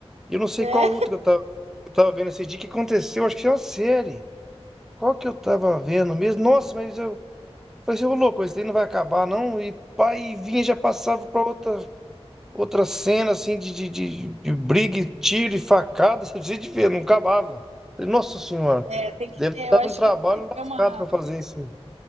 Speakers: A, in the centre; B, on the right.
A: E Eu não sei
B: é.
A: qual outro que eu tava, eu tava vendo esse dia que aconteceu, acho que é uma série. Qual que eu tava vendo mesmo? Nossa, mas eu. eu Falei assim, ô louco, esse daí não vai acabar, não. E pai, vinha e já passava pra outra. Outra cena assim de, de, de, de briga, e tiro e facada, você precisa de ver, não acabava. Falei, Nossa senhora,
B: É, é, tem que
A: deve
B: ter,
A: ter
B: eu
A: dado
B: acho
A: um trabalho
B: que tem que ter
A: lascado
B: uma,
A: para fazer esse,